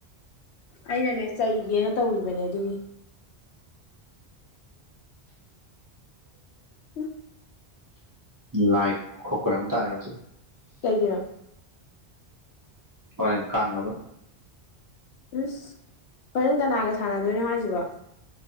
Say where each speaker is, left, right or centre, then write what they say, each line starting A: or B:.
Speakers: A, on the left; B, on the right.
A: ꯑꯩꯅꯅꯦ ꯆꯩꯒꯦꯅ ꯇꯧꯔꯤꯕꯅꯦ ꯑꯗꯨꯒꯤ ꯍꯥꯏꯗꯤ ꯎꯝ
B: ꯂꯥꯏ ꯈꯣ ꯈꯣꯏꯔ ꯑꯃ ꯇꯥꯔꯦ ꯍꯧꯖꯤ
A: ꯀꯩꯒꯤꯅꯣ
B: ꯍꯣꯏ ꯀꯥꯟꯅꯒꯔ
A: ꯏꯁꯩ ꯍꯣꯔꯦꯟ ꯀꯅꯥꯒ ꯁꯥꯟꯅꯗꯣꯏꯅꯣ ꯍꯥꯏꯁꯤꯕꯣ